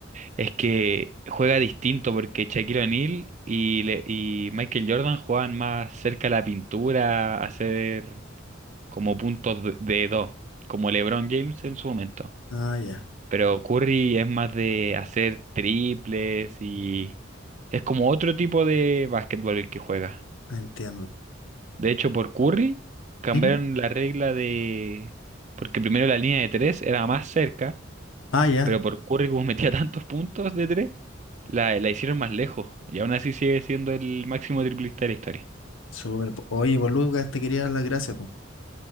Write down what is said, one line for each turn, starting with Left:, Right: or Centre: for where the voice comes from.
Right: es que juega distinto porque Shaquille O'Neal y, le- y Michael Jordan juegan más cerca a la pintura, a hacer como puntos de de dos, como LeBron James en su momento.
Left: Ah, ya.
Right: Pero Curry es más de hacer triples y es como otro tipo de básquetbol el que juega.
Left: Entiendo.
Right: De hecho, por Curry cambiaron
Left: ¿Mm?
Right: la regla de... porque primero la línea de tres era más cerca.
Left: Ah, ya.
Right: Pero por Curry, como <laughs> metía tantos puntos de tres, la, la hicieron más lejos. Y aún así sigue siendo el máximo triplista de la historia.
Left: Súper, po. Oye, Boluca, te quería dar las gracias, po,